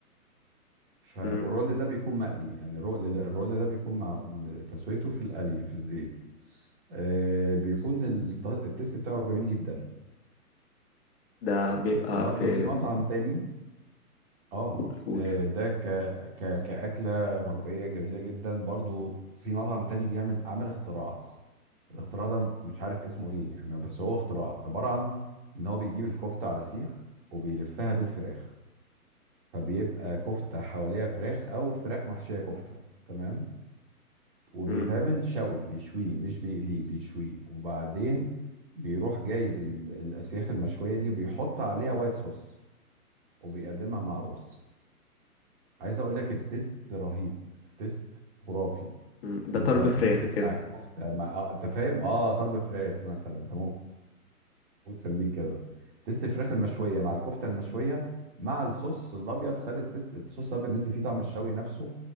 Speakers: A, on the right; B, on the left.
A: ف والرول
B: مم.
A: ده بيكون مقلي يعني الرول الرول ده بيكون مع تسويته في القلي في الزيت آه بيكون الت- التيست بتاعه جميل جدا
B: ده بيبقى
A: برضو
B: في
A: في مطعم تاني اه
B: قول قول
A: آه، ده ك ك كأكلة غربية جميلة جدا برضو في مطعم تاني بيعمل عمل اختراع الاختراع ده مش عارف اسمه ايه يعني بس هو اختراع عبارة عن ان هو بيجيب الكفتة على سيخ وبيلفها بالفراخ فبيبقى كفتة حواليها فراخ أو فراخ محشية كفتة تمام وبيتعمل
B: مم.
A: شوي بيشويه مش بيقليه بيشويه وبعدين بيروح جايب ال- الأسياخ المشوية دي وبيحط عليها وايت صوص وبيقدمها مع رز عايز أقول لك التيست رهيب التيست خرافي
B: مم.
A: أنت
B: ده طرب
A: التيست
B: فراخ
A: بتاع
B: كده
A: الكفتة مع آه أنت فاهم أه طلب فراخ مثلا أنت وتسميه كده تيست الفراخ المشويه مع الكفته المشويه مع الصوص الابيض خد التيست الصوص الابيض نزل فيه طعم الشوي نفسه